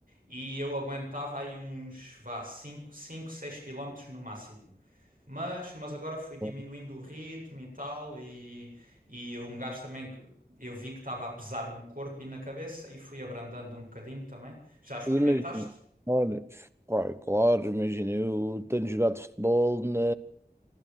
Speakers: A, on the right; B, on the right.
A: e eu aguentava aí uns, vá, cinco cinco seis quilómetros no máximo. Mas, mas agora fui diminuindo
B: <laughs>
A: o ritmo e tal, e, e um gajo também, que eu vi que estava a pesar no corpo e na cabeça, e fui abrandando um bocadinho também. Já experimentaste?
B: Mas imagina, olha, pá, claro, imagina, eu tenho jogado futebol na...